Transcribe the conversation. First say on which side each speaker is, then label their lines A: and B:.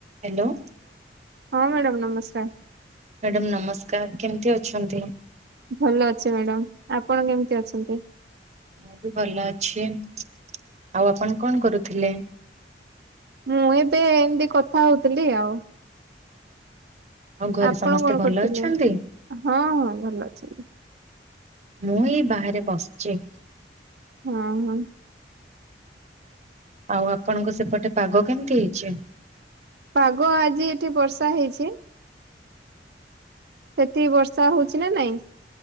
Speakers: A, on the right; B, on the right.
A: Hello.
B: ହଁ madam ନମସ୍କାର।
A: Madam ନମସ୍କାର କେମିତି ଅଛନ୍ତି।
B: ଭଲ ଅଛି ମ୍ୟାଡ଼ାମ ଆପଣ କେମିତି ଅଛନ୍ତି।
A: ମୁଁ ବି ଭଲ ଅଛି। ଆଉ ଆପଣ କଣ କରୁଥିଲେ।
B: ମୁଁ ଏବେ ଏମତି କଥା ହଉଥିଲି ଆଉ।
A: ଆଉ ଘରେ
B: ଆପଣ
A: ସମସ୍ତେ
B: କଣ
A: ଭଲ
B: କରୁଥିଲେ?
A: ଅଛନ୍ତି।
B: ହଁ ହଁ ଭଲ ଅଛନ୍ତି
A: ମୁଁ ଏଇ ବାହାରେ ବସିଚି।
B: ହଁ ହଁ।
A: ଆଉ ଆପଣଙ୍କ ସେପଟେ ପାଗ କେମିତି ହେଇଛି।
B: ପାଗ ଆଜି ଏଠି ବର୍ଷା ହେଇଛି। ସେଠି ବର୍ଷା ହଉଛି ନା ନାଇଁ।